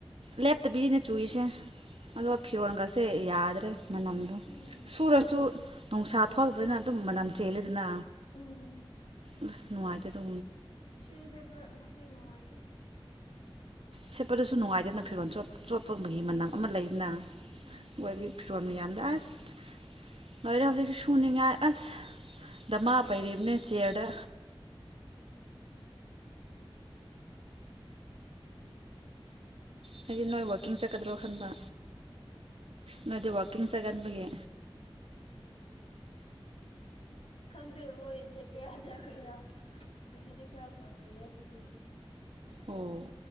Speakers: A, on the right; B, on the left.
A: ꯂꯦꯞꯇꯕꯤꯁꯤꯅꯦ ꯆꯨꯔꯤꯁꯦ ꯑꯗꯣ ꯐꯤꯔꯣꯟꯜꯒꯁꯦ ꯌꯥꯗ꯭ꯔꯦ ꯃꯅꯝꯗ
B: ꯎꯝ
A: ꯁꯨꯔꯁꯨ ꯅꯨꯡꯁꯥ ꯊꯣꯛꯂꯕꯅꯤꯅ ꯑꯗꯨꯝ ꯃꯅꯝ ꯆꯦꯜꯂꯤꯗꯅ
B: ꯎꯝ
A: ꯅꯅꯨꯡꯉꯥꯏꯖꯦ ꯇꯣ
B: ꯁꯤꯗꯨꯗꯤ ꯈꯔ ꯉꯁꯤ ꯅꯨꯡꯉꯥꯏꯇꯦ
A: ꯁꯦꯠꯄꯗꯁꯨ ꯅꯨꯡꯉꯥꯏꯦꯅ ꯐꯤꯣꯟ ꯆꯠ ꯆꯣꯠꯄꯕꯒꯤ
B: ꯎꯝ
A: ꯃꯅꯝ ꯑꯃ ꯂꯩꯅꯣꯏ
B: ꯎꯝ
A: ꯆꯣꯟꯃꯤ ꯌꯥꯝꯗ ꯑꯁ ꯂꯣꯏꯔ ꯍꯧꯖꯤꯛꯁꯨ ꯁꯨꯅꯤꯡꯉꯥꯏ ꯑꯁ ꯗꯙꯃꯥ ꯄꯩꯔꯤꯕꯅ ꯆꯦꯗ ꯍꯥꯏꯗꯤ ꯅꯣꯏ ꯋꯥꯛꯀꯤꯡ ꯆꯠꯀꯗ꯭ꯔꯣ ꯈꯟꯕ ꯅꯣꯏꯗꯤ ꯋꯥꯋꯥꯛꯀꯤꯡ ꯆꯠꯒꯟꯕꯒꯤ
B: ꯈꯪꯗꯦ ꯃꯣꯏ ꯆꯠꯀꯦꯔꯥ ꯆꯔꯣꯏꯔꯥ ꯍꯧꯖꯤꯛꯇꯗꯤꯤ ꯈꯔ ꯉꯜꯂꯤ ꯑꯗꯨꯒꯤ
A: ꯑꯣ